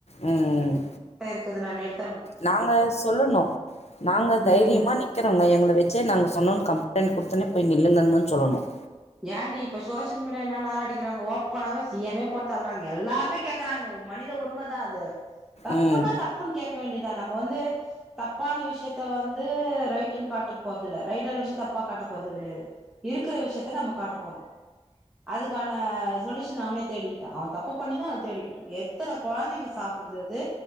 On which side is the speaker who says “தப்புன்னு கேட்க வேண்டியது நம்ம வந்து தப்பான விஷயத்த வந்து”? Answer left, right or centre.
Centre